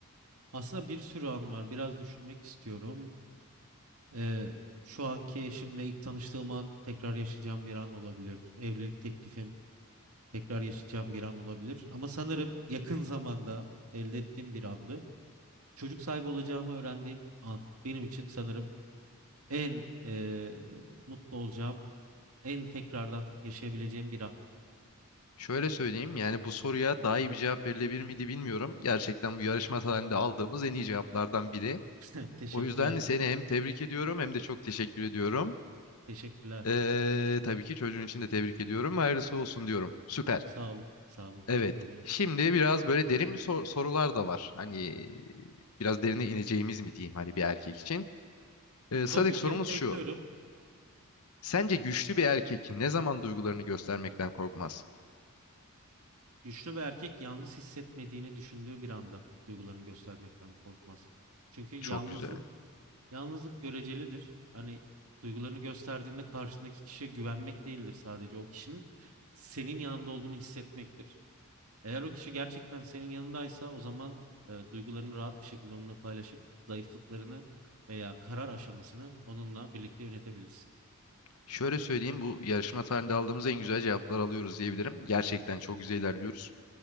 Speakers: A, on the right; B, on the left.
A: Aslında bir sürü an var. Biraz düşünmek istiyorum. Ee, şu anki eşimle ilk tanıştığım an tekrar yaşayacağım bir an olabilir. Evlilik teklifim tekrar yaşayacağım bir an olabilir. Ama sanırım yakın zamanda elde ettiğim bir andı. Çocuk sahibi olacağımı öğrendiğim an benim için sanırım en e, mutlu olacağım, en tekrardan yaşayabileceğim bir an.
B: Şöyle söyleyeyim yani bu soruya daha iyi bir cevap verilebilir miydi bilmiyorum. Gerçekten bu yarışma tarihinde aldığımız en iyi cevaplardan biri.
A: <laughs> Teşekkürler,
B: O yüzden seni hem tebrik ediyorum hem de çok teşekkür ediyorum.
A: teşekkürler.
B: Ee, tabii ki çocuğun için de tebrik ediyorum. Hayırlısı olsun diyorum. Süper.
A: Sağ olun, sağ olun. Teşekkür
B: Evet.
A: ederim.
B: Şimdi biraz böyle derin bir sor- sorular da var. Hani biraz derine ineceğimiz mi diyeyim hani bir erkek için. Ee, sadık
A: Tabii
B: sorumuz
A: ki bekliyorum.
B: şu. Sence güçlü bir erkek ne zaman duygularını göstermekten korkmaz?
A: Güçlü bir erkek yalnız hissetmediğini düşündüğü bir anda duygularını göstermekten korkmaz. Çünkü yalnızlık,
B: Çok güzel.
A: yalnızlık görecelidir. Hani duygularını gösterdiğinde karşısındaki kişiye güvenmek değildir sadece. O kişinin senin yanında olduğunu hissetmektir. Eğer o kişi gerçekten senin yanındaysa o zaman e, duygularını rahat bir şekilde onunla paylaşıp zayıflıklarını veya karar aşamasını onunla birlikte yönetebilirsin.
B: Şöyle söyleyeyim bu yarışma tarihinde aldığımız en güzel cevaplar alıyoruz diyebilirim. Gerçekten çok güzel ilerliyoruz.